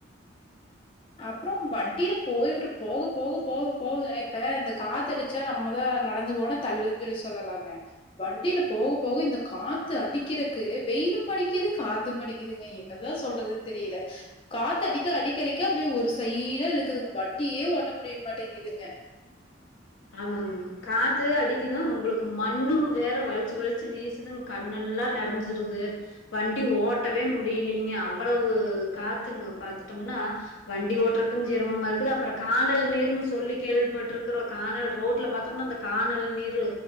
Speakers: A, on the left; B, on the left.
A: அப்றோ வண்டில போய்ட்டு போக போக போக போக இப்ப இந்த காத்தடிச்சா நம்ம தா நடந்து போன தள்ளுன்னு சொல்லி சொல்லலாங்க வண்டில போக போக இந்த காத்து அடிக்றக்கு வெயிலு அடிக்கிது காத்தூமடிக்கிது இதுங்க என்னதா சொல்றது தெரில காத்து அடிக்க அடிக்கடிக்க க்க அப்டியே ஒரு சைடா இழுக்குதுங்க வண்டியே ஓட்ட முடிய மாட்டேங்குதுங்க
B: ஆமாங்க காத்து அடிக்குதா ஒங்ளுக்கு மண்ணூ வேற வலிச்சு வலிச்சு வீசுதுங் கண்ணெல்லா நெறைஞ்சிருது வண்டி ஓட்டவே முடியலீங்க அவ்வளவு காத்துங்க பாத்துட்டோமுனா வண்டி ஓட்டுறக்கு ஜிரமமா இருக்குது அப்பறோ கானல் நீர்ன்னு சொல்லி கேள்விபட்டுர்க்றோ கானல் ரோட்ல பாத்தோமுனா அந்த கானல் நீரூ